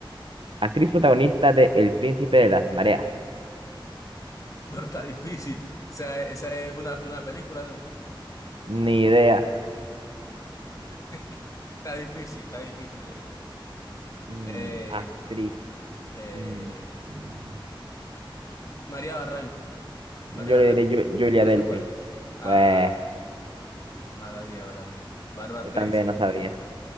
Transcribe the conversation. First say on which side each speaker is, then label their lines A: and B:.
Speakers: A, on the right; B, on the left.
A: Actriz protagonista de El Príncipe de las Mareas.
B: Pero está difícil. O sea, esa es una, una película, ¿no?
A: Ni idea.
B: <laughs> Está difícil, está difícil. Eh.
A: Mm,
B: Eh,
A: actriz.
B: eh,
A: Mm, mm.
B: María Barranco, María
A: Yo
B: Barranco.
A: le diré Ju- Julia
B: No
A: Delpy.
B: sé cuál es. Ah,
A: Pues,
B: mala vida, mala vida. Bárbara
A: yo
B: Streisand.
A: también no sabía.